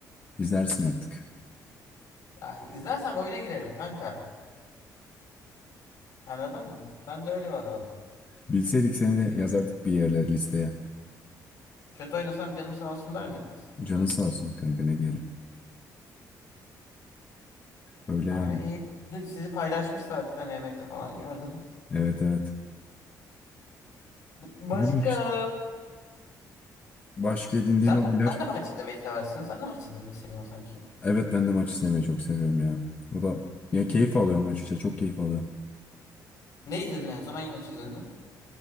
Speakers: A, on the left; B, on the left.
A: İzlersin artık.
B: Yani izlersem oyuna girerim kanka. Anladın mı? Ben de öyle bir adamım.
A: Bilseydik seni de yazardık bir yerlere listeye.
B: Kötü oynasam canım sağ olsun der miydiniz?
A: Canın sağ olsun kanka ne diyelim. Öyle
B: Aa,
A: yani.
B: iyi. Sizi paylaşmış zaten EMT falan gördüm.
A: Evet evet.
B: Başka
A: Öyle işte. Başka edindiğin
B: sen,
A: hobiler.
B: sen de maç izlemeyi seversin. Sen de maç izlemeyi seviyorsun sanki.
A: Evet ben de maç izlemeyi çok seviyorum ya. O da ya keyif alıyorum açıkçası. Çok keyif alıyorum.
B: Ne izledin en son? Hangi maç izledin?